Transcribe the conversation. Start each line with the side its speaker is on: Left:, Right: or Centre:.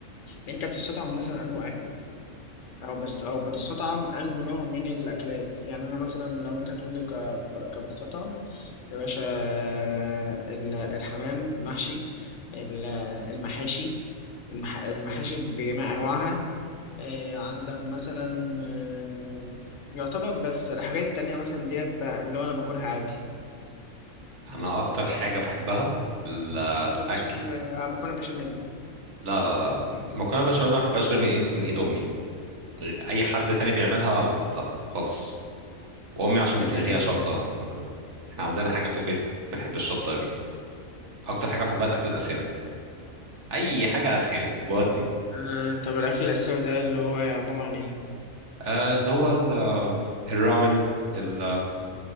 Left: انت بتستطعم مثلا انه اكل او بس او بتستطعم انه نوع من الاكلات يعني انا مثلا لو انت هتقول لي ك- كبستطعم يا باشا آه، ال- الحمام محشي ال- المحاشي المح- المحاشي بجميع انواعها آه، عندك مثلا آه، يعتبر بس الحاجات التانية مثلا ديت بقى اللي هو انا باكلها عادي
Right: انا اكتر حاجه بحبها الاكل
Left: ما تقوليش ال- مكرونه بشاميل
Right: لا لا لا المكرونه بالبشاميل ما بحبهاش غير من ايد من ايد امي اي حد تاني بيعملها لا خالص وامي عشان بتهريها
Left: تمام
Right: شطه احنا عندنا حاجه في البيت بنحب الشطه قوي اكتر حاجه بحبها الاكل الاسيوي اي حاجه اسيوي بودي
Left: آه، طب الأكل الآسيوي ده اللي هو عبارة عن إيه؟
Right: آه، اللي هو ال- الرامن ال-